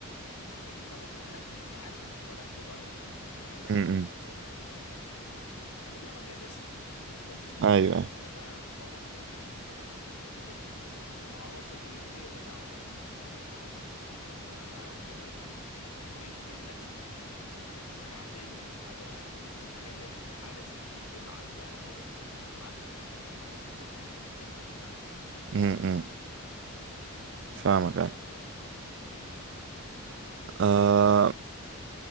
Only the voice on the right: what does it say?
امم
ايوه
ايوه
امم
فاهمك ايوه
آه